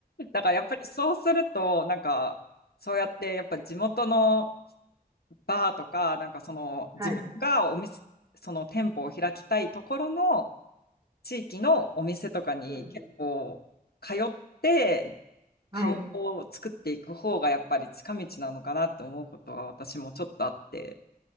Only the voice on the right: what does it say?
はい。
うん、うん。はい。